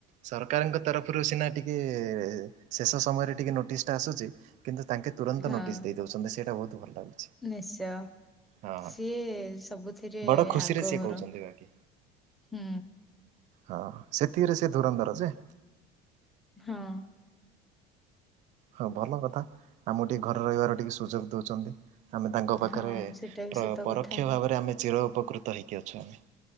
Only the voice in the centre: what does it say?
ହଁ
ନିଶ୍ଚୟ
ସିଏ ସବୁଥିରେ
ଆଗଭର।
ହୁଁ।
ହଁ।
ହଁ ସେଟା ବି
ସତ
କଥା